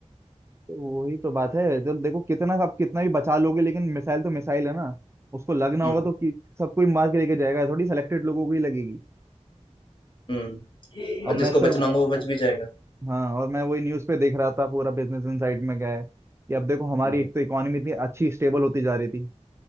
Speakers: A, on the right (about 20°); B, on the left (about 45°).
A: तो वही तो बात है जब देखो कितना आप कितना भी बचा लोगे लेकिन मिसाइल तो मिसाइल है ना उसको लगना
B: हम्म
A: होगा तो कि सब कोई मार के लेके जाएगा थोड़ी सिलेक्टेड लोगों को ही लगेगी
B: हम्म
A: अब
B: और
A: मैं
B: जिसको
A: से
B: बचना होगा वो बच भी जाएगा
A: हाँ और मैं वही न्यूज पे देख रहा था पूरा बिजनेस इनसाइड में क्या है कि अब देखो हमारी
B: हम्म
A: एक तो इकोनॉमी इतनी अच्छी स्टेबल होती जा रही थी